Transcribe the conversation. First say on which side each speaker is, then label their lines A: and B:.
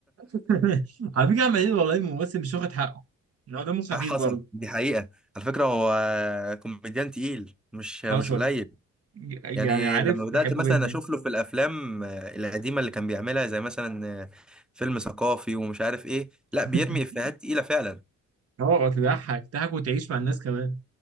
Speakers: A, on the right; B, in the centre.
A: <laughs> على فكره عمال يقول والله الممثل مش واخد حقه ان هو دمه خفيف
B: <laughs> حصل
A: برضه
B: دي حقيقة على فكرة هو كوميديان تقيل مش
A: حصل
B: مش قليل
A: ج-
B: يعني
A: يعني عارف
B: لما بدأت
A: بحبه
B: مثلا
A: جدا
B: اشوف له في الافلام آه، القديمة اللي كان بيعملها زي مثلا آه، فيلم ثقافي ومش عارف ايه
A: <laughs>
B: لا بيرمي افيهات تقيلة فعلا
A: اه تضحك تضحك وتعيش مع الناس كمان